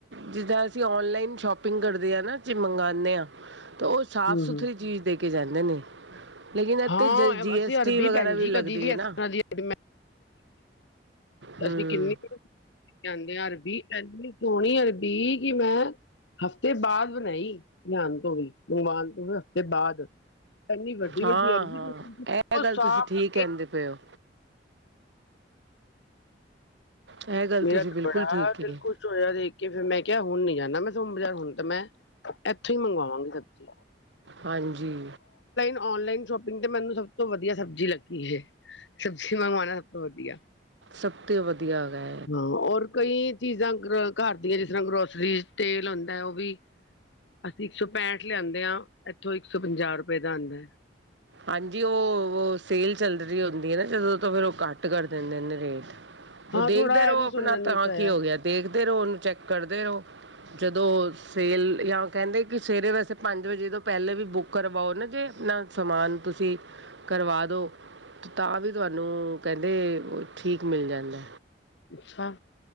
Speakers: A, on the right (about 85°); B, on the left (about 85°).
A: ਜਿੱਦਾਂ ਅਸੀਂ ਔਨਲਾਈਨ ਸ਼ੋਪਿੰਗ ਕਰਦੇ ਹਾਂ ਨਾ ਜ ਮੰਗਵਾਉਂਦੇ ਹਾਂ ਤੇ ਉਹ
B: ਹੂੰ
A: ਸਾਫ ਸੁਥਰੀ
B: ਹੂੰ
A: ਚੀਜ਼ ਦੇ ਕੇ ਜਾਂਦੇ ਨੇ ਲੇਕਿਨ ਇੱਥੇ
B: ਹਾਂ
A: ਜ ਜੀ
B: ਅਸੀਂ
A: ਐਸ
B: ਅਰਬੀ
A: ਟੀ ਵਗੈਰਾ
B: ਭੈਣ
A: ਵੀ
B: ਜੀ
A: ਲੱਗਦੀ
B: ਕਦੀ
A: ਹੈ
B: ਇਸ
A: ਨਾ
B: ਤਰ੍ਹਾਂ ਦੀ ਅਰਬੀ
A: ਹੂੰ
B: ਅਸੀਂ ਕਿੰਨਨੀ ਜਾਂਦੇ ਹਰ ਐੰਨੀ ਸੋਹਣੀ ਹੈੱਡੀ ਕਿ ਮੈਂ ਹਫ਼ਤੇ ਬਾਅਦ ਬਣਾਈ ਲਿਆਣ ਤੋਂ ਵੀ ਮੰਗਵਾਨ ਤੋਂ ਵੀ ਹਫ਼ਤੇ ਬਾਅਦ ਇੰਨੀ ਵਧੀਆ <inaudible>
A: ਹਾਂ ਹਾਂ ਇਹ ਗੱਲ ਤੁਸੀਂ ਠੀਕ ਕਹਿੰਦੇ ਪਏ ਹੋ ਇਹ ਗੱਲ
B: ਮੇਰਾ
A: ਤੁਸੀਂ
B: ਤੇ
A: ਬਿਲਕੁਲ
B: ਬੜਾ
A: ਠੀਕ
B: ਦਿਲ
A: ਕਹੀ
B: ਖੁਸ਼ ਹੋਇਆ ਦੇਖ ਕੇ ਫਿਰ ਮੈਂ ਕਿਹਾ ਹੁਣ ਨੀ ਜਾਣਾ ਮੈਂ ਸੋਮ ਬਾਜ਼ਾਰ ਹੁਣ ਤਾਂ ਮੈਂ ਇੱਥੋਂ ਹੀ ਮੰਗਵਾਵਾਂਗੇ ਫਿਰ।
A: ਹਾਂਜੀ
B: ਆਨਲਾਈਨ ਸ਼ੋਪਿੰਗ ਤੇ ਮੈਨੂੰ ਸਭ ਤੋਂ ਵਧੀਆ ਸਬਜ਼ੀ ਲੱਗੀ ਹੈ ਸਬਜ਼ੀ ਮੰਗਵਾਉਣਾ ਸਭ ਤੋਂ ਵਧੀਆ।
A: ਸਭ ਤੋਂ ਵਧੀਆ ਵੈ।
B: ਹਾਂ ਔਰ ਕਈ ਚੀਜ਼ਾਂ ਘਰ ਦੀਆਂ ਜਿਸ ਤਰ੍ਹਾਂ ਗਰੋਸਰੀ ਸੇਲ ਹੁੰਦਾ ਉਹ ਵੀ। ਅਸੀਂ ਇੱਕ ਸੌ ਇੱਕ ਸੌ ਪੈਂਹਠ ਲਿਆਂਦੇ ਹਾਂ ਇੱਥੋਂ ਇੱਕ ਸੌ ਪੰਜਾਹ ਰੁਪਏ ਦਾ ਆਦਾ ਏ।
A: ਹਾਂਜੀ ਉਹ ਸੇਲ ਚੱਲ ਰਹੀ ਹੁੰਦੀ ਹੈ ਨਾ ਜਦੋਂ ਤੋਂ ਫਿਰ ਉਹ ਘਟ ਕਰ ਦਿੰਦੇ ਨੇ ਰੇਟ।
B: <inaudible>
A: ਉਹ ਦੇਖਦੇ
B: ਥੋੜਾ
A: ਰਹੋ
B: ਇਹ ਵੀ
A: ਆਪਣਾ
B: ਸੁਣਨ
A: ਤਾਂ
B: ਵਿੱਚ ਆਇਆ
A: ਕੀ ਹੋ ਗਿਆ ਦੇਖਦੇ ਰਹੋ ਉਹਨੂੰ ਚੈੱਕ ਕਰਦੇ ਰਹੋ। ਜਦੋਂ ਸੇਲ ਯਾ ਕਹਿੰਦੇ ਕਿ ਸਵੇਰੇ ਵੈਸੇ ਪੰਜ ਵਜੇ ਤੋਂ ਪਹਿਲੇ ਵੀ ਬੁੱਕ ਕਰਵਾਓ ਨਾ ਜੇ ਆਪਣਾ ਸਮਾਨ ਤੁਸੀਂ ਕਰਵਾ ਦਿਉ। ਤਾਂ ਵੀ ਤੁਹਾਨੂੰ ਕਹਿੰਦੇ ਉਹ ਠੀਕ ਮਿਲ ਜਾਂਦਾ।
B: ਅੱਛਾ